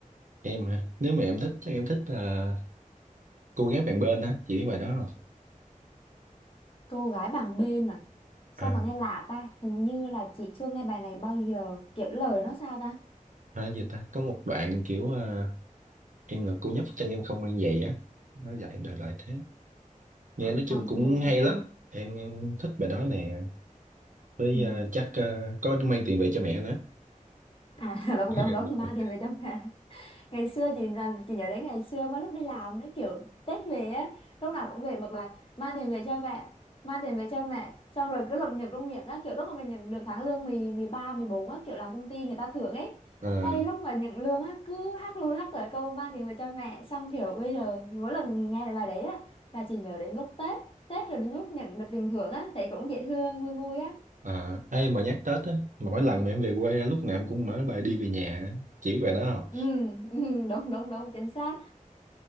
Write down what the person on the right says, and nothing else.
em hả nếu mà em thích chắc em thích ờ, cô gái bạn bên hả chị biết bài đó không
à,
à gì ta có một bạn kiểu ờ, em là cô nhóc chân em không mang giày á nó dạy đời lại thế nghe
nói chung
cũng
hay lắm em em thích bài đó nè với
ờ, chắc ờ, có mang tiền về cho mẹ nữa
<laughs>
đúng rồi
à,
à, ai mà nhắc Tết á mỗi lần mà em về quê á, lúc nào em cũng mở bài đi về nhà á. chỉ biết bài đó không